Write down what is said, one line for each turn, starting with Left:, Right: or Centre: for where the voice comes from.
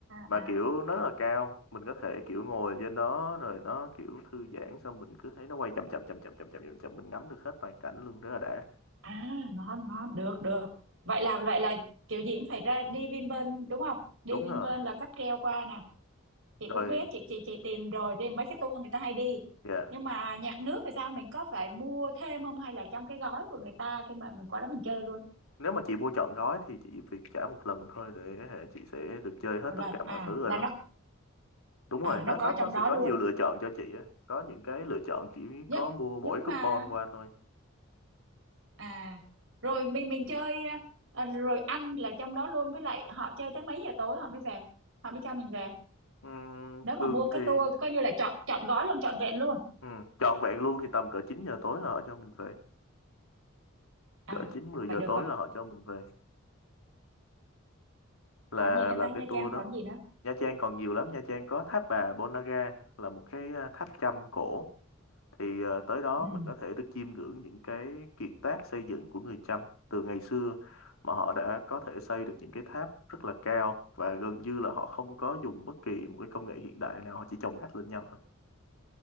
Left: mà
Right: à
Left: kiểu nó rất là cao mình có thể kiểu ngồi trên đó rồi nó kiểu thư giãn xong mình cứ thấy nó quay chậm chậm chậm chậm chậm chậm chậm, chậm. mình ngắm được hết toàn cảnh luôn rất là đã
Right: à ngon ngon được được vậy là vậy là kiểu gì cũng phải ra đi Vinpearl đúng không đi
Left: đúng
Right: Vinpearl
Left: rồi
Right: là cáp treo qua nè chị
Left: rồi
Right: cũng biết chị chị chị tìm rồi thì mấy cái tour người ta hay đi
Left: dạ
Right: nhưng mà nhạc nước thì sao mình có phải mua thêm không hay là trong cái gói của người ta khi mà mình qua đó mình chơi luôn
Left: nếu mà chị mua trọn gói thì chị việc trả một lần thôi để hệ chị sẽ được chơi hết
Right: một lần
Left: tất cả
Right: à
Left: mọi thứ rồi
Right: là
Left: đó
Right: nó
Left: đúng rồi
Right: à
Left: nó
Right: nó có
Left: nó
Right: trong
Left: nó sẽ
Right: đó
Left: có
Right: luôn
Left: nhiều lựa chọn cho chị á có những cái lựa chọn chỉ
Right: nhưng
Left: có mua mỗi
Right: nhưng
Left: coupon
Right: mà
Left: qua thôi
Right: à rồi mình mình chơi à, rồi ăn là trong đó luôn với lại họ chơi tới mấy giờ tối họ mới về họ mới cho mình về
Left: Ừm,
Right: nếu
Left: thường
Right: mà mua cái
Left: thì
Right: tour coi như là chọn chọn gói luôn chọn vẹn luôn
Left: Ừ, trọn vẹn luôn thì tầm cỡ 9 giờ tối là họ cho mình về.
Right: à
Left: Cỡ 9 10
Right: vậy
Left: giờ
Right: được
Left: tối
Right: rồi
Left: là họ cho mình về. Là
Right: còn gì nữa
Left: là
Right: ta
Left: cái
Right: Nha
Left: tour
Right: Trang còn
Left: đó.
Right: gì nữa
Left: Nha Trang còn nhiều lắm, Nha Trang có tháp bà Ponagar là một cái à, tháp Chăm cổ. Thì à, tới đó
Right: ừ
Left: mình có thể được chiêm ngưỡng những cái kiệt tác xây dựng của người Chăm từ ngày xưa mà họ đã có thể xây được những cái tháp rất là cao và gần như là họ không có dùng bất kỳ một cái công nghệ hiện đại nào, họ chỉ chồng gạch lên nhau thôi